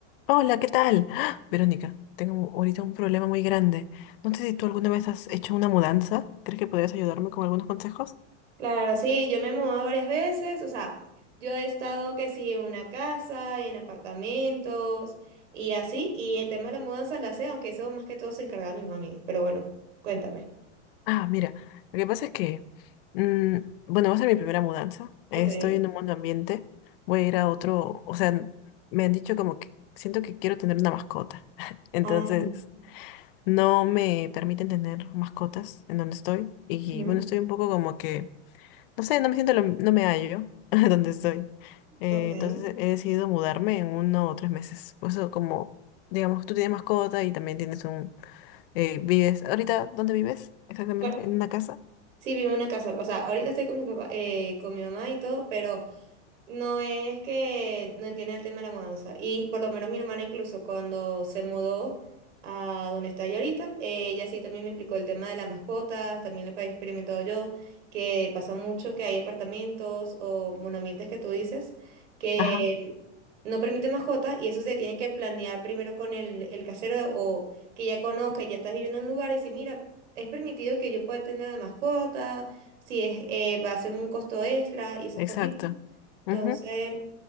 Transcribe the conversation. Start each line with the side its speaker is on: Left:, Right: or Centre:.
Left: Hola, ¿qué tal? ¡Ah! Verónica, tengo ahorita un problema muy grande. No sé si tú alguna vez has hecho una mudanza. ¿Crees que podrías ayudarme con algunos consejos?
Right: Claro, sí, yo me he mudado varias veces, o sea, yo he estado que sí en una casa, en apartamentos y así, y el tema de la mudanza la sé, aunque eso más que todo se encarga mi mami, pero bueno, cuéntame.
Left: Ah, mira, lo que pasa es que, mm, bueno, va a ser mi primera mudanza. Estoy
Right: Ok.
Left: en un mundo ambiente. Voy a ir a otro, o sea, n- me han dicho como que siento que quiero tener una mascota. <laughs> Entonces,
Right: Ay,
Left: no me permiten tener mascotas en donde estoy. Y
Right: ujú,
Left: bueno, estoy un poco como que no sé, no me siento, lo- no me hallo <laughs> donde estoy. Eh,
Right: ok.
Left: entonces he decidido mudarme en uno o tres meses. Por eso como, digamos, tú tienes mascota y también tienes un, eh, vives, ahorita, ¿dónde vives? Exactamente,
Right: Bueno,
Left: en una casa.
Right: sí, vivo en una casa, o sea, ahorita estoy con mi papá, eh, con mi mamá y todo, pero No es que no entiende el tema de la mudanza. Y por lo menos mi hermana incluso cuando se mudó a donde está ella ahorita, eh, ella sí también me implicó el tema de las mascotas, también lo he experimentado yo, que pasa mucho que hay apartamentos o monamientos que tú dices que
Left: Ajá,
Right: no permiten mascotas y eso se tiene que planear primero con el, el casero o que ya conozca, ya estás viviendo en un lugar y si mira, es permitido que yo pueda tener la mascota, si es, eh, va a ser un costo extra y esas
Left: exacto.
Right: cositas. Entonces,
Left: Ujú.